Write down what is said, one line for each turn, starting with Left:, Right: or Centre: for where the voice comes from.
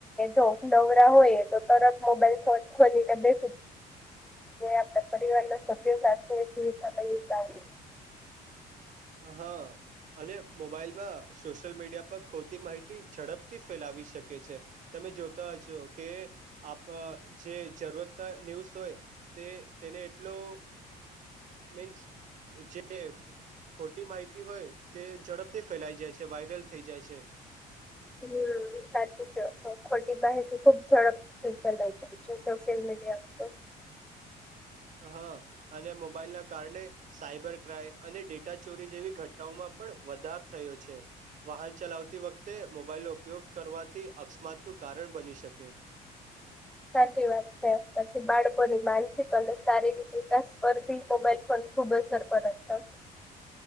Centre: જો દવરા હોય તો તરત મોબાઈલ ફોન હોલી બે આપ પરિવારના સભ્યો સાથે <unintelligible>
Right: હ હા અને મોબાઈલમાં સોશિયલ મીડિયા પર ખોટી માહિતી ઝડપથી ફેલાવી શકે છે તમે જોતા હ છો કે આપ જે જરૂરત ન્યૂઝ હોય તે તેને એટલો મીન્સ જેફ ખોટી માહિતી હોય તે ઝડપથી ફેલાઈ જાય છે વાયરલ થઈ જાય છે
Centre: હમ સાચું કેયો છો ખોટી માહિતી ખુબ ઝડપેલા જાય છે <unintelligible>
Right: હા અને મોબાઈલ ના કારણે સાયબર ક્રાાઈમ અને ડેટા ચોરી જેવી ઘટનાઓમાં પણ વધાર થયો છે વાહન ચલાવતી વખતે મોબાઈલનો ઉપયોગ કરવાથી અકસ્માતનું કારણ બની શકે
Centre: <inaudible> સાચી વાત છે પછી બાળકોની માનસિક અને શારીરિક વિકાસ પરથી મોબાઈલ ફોન ખુબ અસર કરે છે.